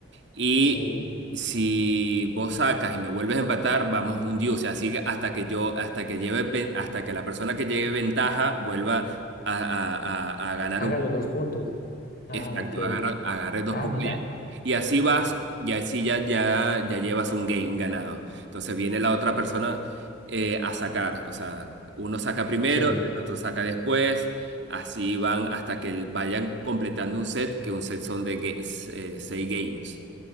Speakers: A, on the right; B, on the left.
A: Y
B: sí.
A: si vos sacas y me vuelves a empatar, vamos un deuce. Así que hasta que yo, hasta que lleve, pe- hasta que la persona que lleve ventaja vuelva a, a- a- a ganar
B: Haga
A: un
B: los dos puntos. Ah,
A: Exacto,
B: ok.
A: agarra- agarré dos
B: Ah,
A: puntos
B: mira,
A: y, y así vas, y así ya, ya, ya llevas un game ganado. Entonces viene la otra persona eh, a sacar, o sea, uno saca primero,
B: sí.
A: el otro saca después, así van hasta que vayan completando un set, que un set son de ga- eh, seis games.